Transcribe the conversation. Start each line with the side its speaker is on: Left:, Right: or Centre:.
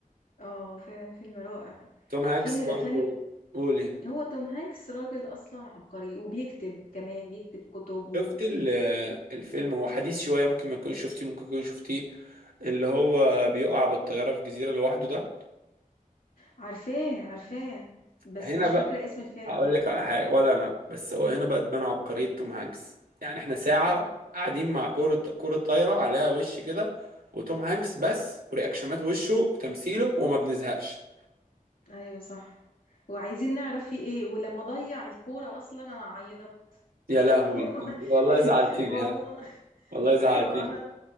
Left: اه فعلا فيلم رائع
Right: توم هانكس
Left: في من
Right: برضو
Left: الافلام الت-
Right: قولي
Left: هو توم هانكس راجل اصلا عبقري وبيكتب كمان بيكتب كتب و-
Right: شفت ال- الفيلم هو حديث شوية ممكن ما تكونش شفتيه ممكن تكون شفتيه اللي هو بيقع بالطيارة في جزيرة لوحده ده
Left: عارفاه عارفاه بس
Right: هنا
Left: مش
Right: بقى
Left: فاكرة اسم الفيلم
Right: هقول لك على حاجة ولا أنا بس هو هنا بقى تبان عبقرية توم هانكس يعني احنا ساعة
Left: أمم.
Right: قاعدين مع كورة كورة طايرة عليها وش كده وتوم هانكس بس ورياكشنات وشه وتمثيله وما بنزهقش
Left: ايوه صح وعايزين نعرف فيه ايه ولما ضيع الكورة اصلا انا عيطت <laughs>
Right: يا لهوي والله زعلتيني
Left: والله
Right: ها والله زعلتيني
Left: ايوه انا